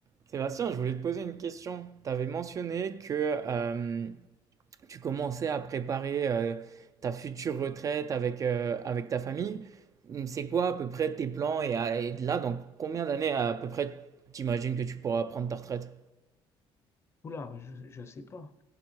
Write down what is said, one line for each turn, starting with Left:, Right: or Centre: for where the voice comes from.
Right: Sébastien, je voulais te poser une question. Tu avais mentionné que euh, tu commençais à préparer euh, ta future retraite avec, euh, avec ta famille. C'est quoi à peu près tes plans et, à- et là, dans combien d'années à peu près t'imagines que tu pourras prendre ta retraite?
Left: Oula, bah, je ne sais pas.